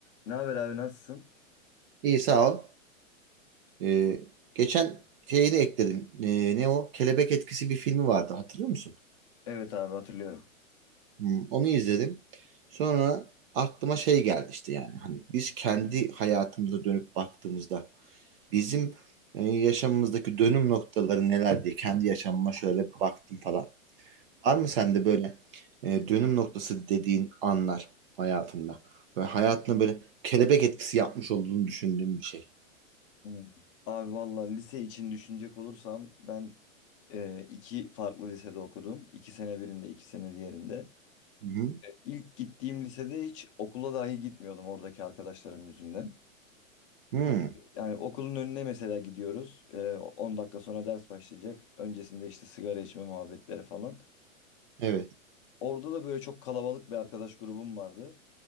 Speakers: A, on the left; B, on the right.
A: Ne haber abi nasılsın?
B: İyi sağ ol. Ee, geçen şeyi de ekledim. Ee, ne o? Kelebek Etkisi bir filmi vardı hatırlıyor musun?
A: Evet abi hatırlıyorum.
B: Hmm, onu izledim. Sonra aklıma şey geldi işte yani. Hani biz kendi hayatımıza dönüp baktığımızda bizim e, yaşamımızdaki dönüm noktaları neler diye kendi yaşamıma şöyle bir baktım falan. Var mı sende böyle e, dönüm noktası dediğin anlar hayatında? Böyle hayatına böyle kelebek etkisi yapmış olduğunu düşündüğün bir şey.
A: Hmm. Abi valla lise için düşünecek olursam ben e, iki farklı lisede okudum. İki sene birinde, iki sene diğerinde.
B: Hı hı.
A: İlk gittiğim lisede hiç okula dahi gitmiyordum oradaki arkadaşlarım yüzünden.
B: Hmm,
A: Yani okulun önüne mesela gidiyoruz. E, 10 dakika sonra ders başlayacak. Öncesinde işte sigara içme muhabbetleri falan.
B: evet.
A: Orada da böyle çok kalabalık bir arkadaş grubum vardı.